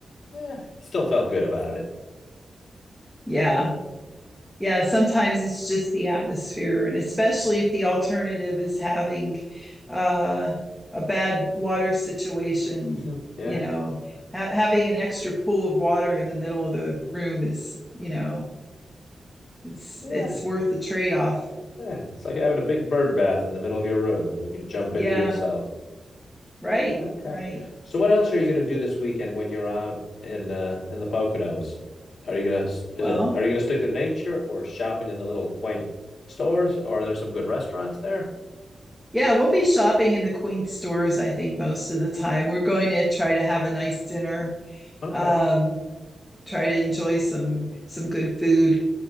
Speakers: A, on the left; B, in the centre.
A: eh, still felt good about it.
B: yeah. yeah sometimes it's just the atmosphere and especially if the alternative is having uh, a bad water situation
A: <laughs> yeah.
B: you know ha- having an extra pool of water in the middle of the room is you know it's
A: Yeah.
B: it's worth the trade-off
A: Yeah, it's like having a big bird bath in the middle of your room and you can jump
B: yeah
A: into yourself.
B: right
A: Okay.
B: right
A: So what else are you going to do this weekend when you're out in uh, in the Poconos? Are you gonna is it
B: well
A: are you gonna stick to nature or shopping at the little quaint stores? Or are there some good restaurants there?
B: yeah we'll be shopping in the queen stores i think most of the time we're going to try to have a nice dinner
A: Okay.
B: um try to enjoy some some good food